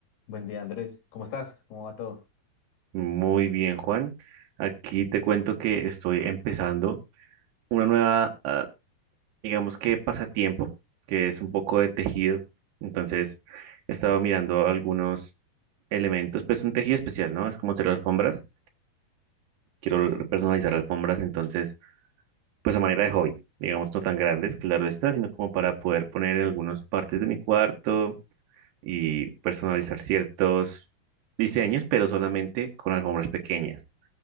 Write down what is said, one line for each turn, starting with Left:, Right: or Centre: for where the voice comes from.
Left: Buen día, Andrés. ¿Cómo estás? ¿Cómo va todo?
Right: Muy bien, Juan. Aquí te cuento que estoy empezando una nueva, ah, digamos que pasatiempo, que es un poco de tejido. Entonces, he estado mirando algunos elementos, pues un tejido especial, ¿no? Es como hacer alfombras. Quiero
Left: Sí,
Right: personalizar alfombras, entonces, pues a manera de hobby, digamos, no tan grandes, claro está, sino como para poder poner en algunas partes de mi cuarto y personalizar ciertos diseños, pero solamente con alfombras pequeñas.